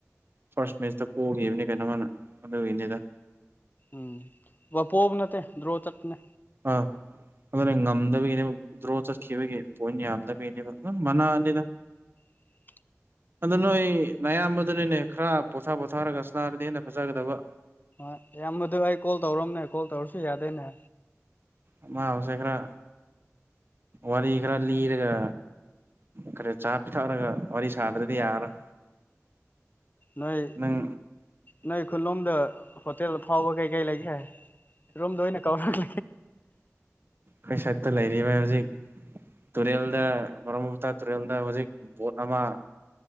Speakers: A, on the right (about 45°); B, on the left (about 35°).
A: ꯐꯥꯔꯁ ꯃꯦꯆꯇ ꯀꯣꯛꯈꯤꯕꯅꯤ ꯀꯩꯅꯣ ꯃꯥꯅ ꯑꯗꯨ ꯏꯅꯤꯗ
B: ꯎꯝ ꯋꯥꯄꯣꯕ ꯅꯠꯇꯦ ꯗ꯭ꯔꯣꯆꯠꯅꯦ
A: ꯑꯥ ꯑꯗꯨꯅ ꯉꯝꯗꯕꯒꯤꯅꯦꯕ ꯗ꯭ꯔꯣ ꯆꯠꯈꯤꯕꯒꯤ ꯄꯣꯏꯟ ꯌꯥꯝꯗꯕꯒꯤꯅꯦꯕ ꯑꯗꯨꯝ ꯃꯅꯥꯅꯤꯗ
B: <inaudible>
A: ꯑ ꯅꯣꯏ ꯃꯌꯥꯝꯕꯗꯅꯤꯅꯦ ꯈꯔ ꯄꯣꯊꯥ ꯄꯣꯊꯥꯔꯒꯅꯥꯕꯗ ꯍꯦꯟꯅ ꯐꯖꯒꯗꯕ
B: ꯣꯏ ꯏꯌꯥꯝꯕꯗꯨ ꯑꯩ ꯀꯣꯜ ꯇꯧꯔꯝꯅꯦ ꯀꯣꯜ ꯇꯧꯔꯁꯨ ꯌꯥꯗꯣꯏꯅꯦ
A: ꯑꯃ ꯍꯧꯁꯦꯈꯔ ꯋꯥꯔ ꯏ ꯀꯔ ꯂꯤ ꯏꯔꯒ ꯈꯔ ꯆꯥ ꯄꯤꯊꯛꯔꯒ ꯋꯥꯔꯤ ꯁꯥꯗ꯭ꯔꯗꯤ ꯌꯥꯔꯣꯏ
B: ꯅꯣꯏ
A: ꯅꯪ
B: ꯅꯣꯏ ꯈꯨꯜꯂꯣꯝꯗ ꯍꯣꯇꯦꯜ ꯐꯥꯎꯕ ꯀꯩ ꯀꯩ ꯂꯩꯒꯦꯔꯣꯝꯗ ꯑꯣꯏꯅ ꯀꯧꯔꯦ ꯍ
A: ꯑꯩꯈꯣꯏ ꯁꯥꯏꯠꯇ ꯍꯧꯖꯤꯛ ꯇꯨꯔꯦꯜꯗ ꯃꯔ ꯇ꯭ꯔꯦꯜꯗ ꯍꯧꯖꯤꯛ ꯕꯣꯠ ꯑꯃ